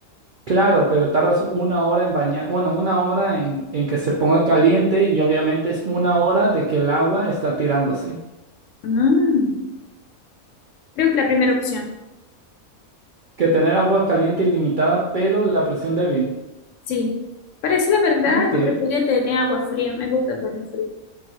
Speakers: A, on the right; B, on the left.
A: Claro, pero tardas una hora en bañar, bueno, una hora en, en que se ponga caliente y obviamente es una hora de que el agua está tirándose.
B: Mm, creo que la primera opción,
A: Que tener agua caliente ilimitada, pero la presión débil.
B: sí. Para decir la verdad,
A: Ok.
B: yo prefería tener agua fría, me gusta el baño frío.